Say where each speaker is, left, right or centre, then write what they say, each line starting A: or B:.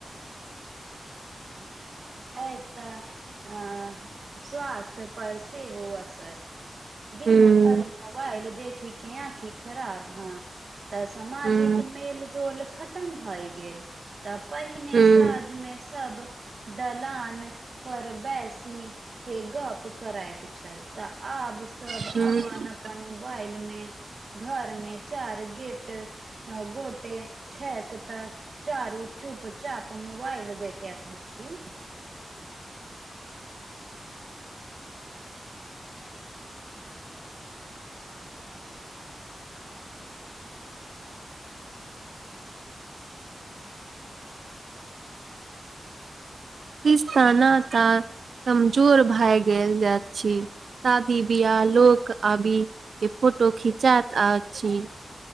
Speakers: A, on the right; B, on the right.
A: एक तऽ अ स्वास्थ्य पर सेहो असर दिन
B: हूँ
A: भरि मोबाइल देखखी के आँखी खराब हँ तऽ सामाजिक
B: हूँ
A: मेल जोल खतम भए गेल तऽ पहिने
B: हूँ
A: साझ मे सब दलान पर बेसी के गप करैत छल तऽ आब सब
B: हूँ
A: अपन अपन मोबाइल मे घर मे चार गेट गोटे छैक त चारू चू चुपचाप मोबाइल देखैत अछी
B: तिस्ताना तऽ कमजोर भए गेल अछि सादी बिया लोक आबि के फोटो खिचाइत अछी